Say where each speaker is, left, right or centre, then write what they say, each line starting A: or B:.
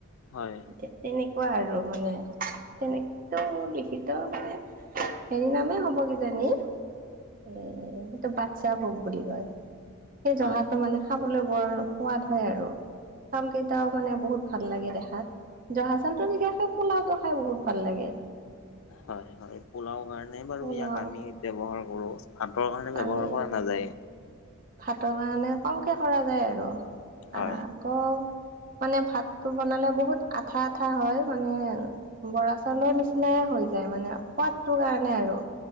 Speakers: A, on the left; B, on the right.
A: হয়
B: এতিয়া তেনেকোৱা আৰু মানে তেনে তো লিখিত মানে হেৰি নামেই হ'ব কিজানি এ সেইটো বাচ্ছা ভোগ বুলি কয়, সেই
A: হয়
B: জহাটো মানে খাবলে বৰ সোৱাদ হয় আৰু, চাউল কেইটাও মানে বহুত ভাল লাগে দেখাত। জহা চাউলটোৰ বিশেষকে পোলাওটো খায় বহুত ভাল লাগে!
A: হয় হয় পোলাও কাৰণে বাৰু
B: পোলাও
A: ইয়াক আমি ব্যৱহাৰ কৰো। ভাতৰ কাৰণে ব্যৱহাৰ
B: আমি
A: কৰা নাযায়।
B: ভাতৰ কাৰণে কমকে কৰা যায় আৰু।
A: হয়।
B: আকৌ মানে ভাতটো বনালে বহুত আঠা আঠা হয়, মানে বৰা চাউলৰ নিচিনাই হৈ যায় মানে আও সোৱাদটো কাৰণে আৰু।